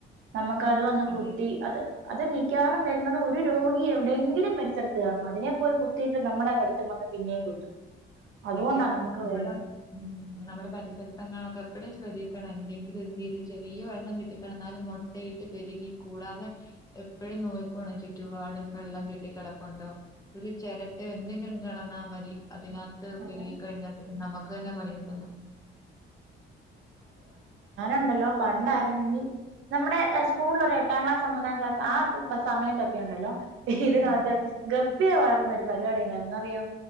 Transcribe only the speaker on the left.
അതെ
അതെ
നമ്മടെ
ഉം നമ്മടെ പരിസരത്തെങ്ങാ ഒക്കെ എപ്പഴും ശ്രദ്ധിക്ക ക്കണങ്കിഎന്തെങ്കിലും ഒരു രീതിയിൽ ചെറിയ വെള്ളം കെട്ടി കെടന്നാലും മൊട്ടയിട്ട് പെരുകി കൂടാതെ എപ്പഴും നോക്കിക്കോണം ചുറ്റുപാടും വെള്ളം കെട്ടിക്കെടപ്പുണ്ടോ ഒരു ചെരട്ടയോ എന്തെങ്കിലും കാ ടന്നാ മതി അതിന തൊ
പിരി കഴിഞ്ഞാ പിന്നെ നമക്ക് ക്കന്നെ പണി കിട്ടുന്നു
ഉം